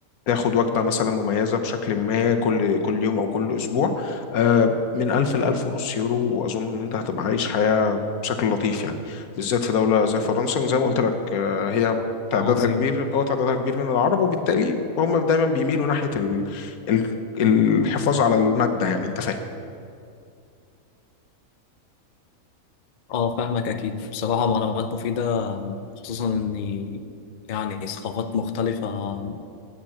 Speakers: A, on the left; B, on the left.
A: تاخد وجبة مثلا مميزة بشكل ما كل كل يوم او كل اسبوع آه، من 1000 ل 1000 ونص يورو واظن ان انت هتبقى عايش حياة بشكل لطيف يعني بالذات في دولة زي فرنسا زي ما قلت لك آه، هي تعدادها
B: عظيم
A: كبير اه تعدادها كبير من العرب وبالتالي هم دايما بيميلوا ناحية ال- ال- الحفاظ على المادة يعني انت
B: اه فاهمك أكيد بصراحة معلومات مفيدة آم، خصوصا إني يعني ثقافات مختلفة آم،